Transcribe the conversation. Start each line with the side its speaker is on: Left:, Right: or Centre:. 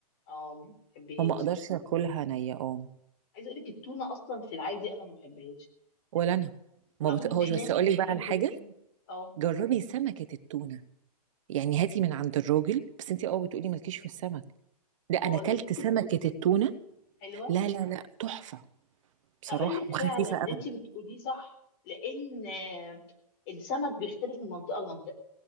Left: اه ما بحبهاش
Right: فما اقدرش اكلها نيه اه
Left: عايزه اقول لك التونه اصلا في العادي انا ما بحبهاش
Right: ولا انا ما
Left: رغم
Right: بطقهاش
Left: ان في
Right: بس
Left: ناس
Right: اقول
Left: بتحب
Right: لك بقى على حاجه
Left: التونه اه
Right: جربي سمكه التونه يعني هاتي من عند الراجل بس انت اه بتقولي مالكيش في السمك لا انا
Left: خالص
Right: اكلت سمكه التونه
Left: حلوه
Right: لا لا لا تحفه بصراحة
Left: هقول لك
Right: وخفيفة
Left: فعلا ان
Right: قوي
Left: انت بتقوليه صح لان آه، السمك بيختلف من منطقه لمنطقه